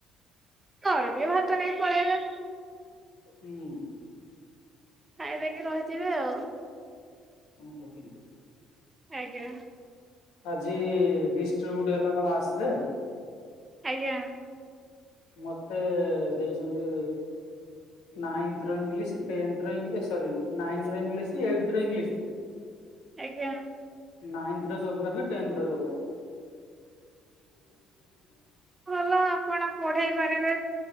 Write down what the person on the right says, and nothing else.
ଥରୁ ଟିଏ ଭାତ ନେଇ ପଳେଇ ଆଇଲ
ଖାଇ ଦେଇକି ରହିଯିବେ ଆଉ।
ଆଜ୍ଞା
ଆଜ୍ଞା।
ଆଜ୍ଞା।
ଭଲ ଆପଣ ପଢ଼େଇ ପାରିବେ,